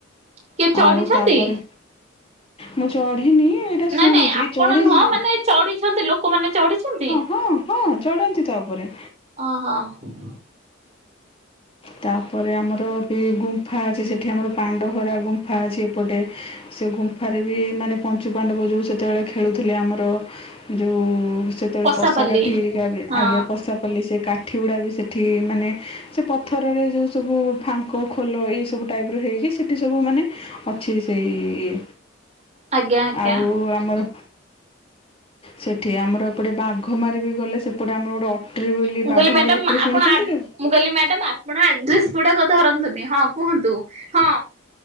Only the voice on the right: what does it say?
କିଏ ଚଢିଛନ୍ତି?
ନାଇଁ
ନାଇଁ ଆପଣ
ନୁହଁ ମାନେ ଚଢିଛନ୍ତି ଲୋକମାନେ ଚଢିଛନ୍ତି?
ଅ ହଁ।
ପଶାପାଲି
ହଁ
ଆଜ୍ଞା ଆଜ୍ଞା।
ମୁଁ
କହିଲି ମ୍ୟାଡାମ
ଆପଣ
ଆ
ମୁଁ କହିଲି ମ୍ୟାଡ଼ାମ, ଆପଣ ଆଡ୍ରେସ୍ ଗୁଡାକ ଧରନ୍ତୁନି ହଁ କୁହନ୍ତୁ ହଁ।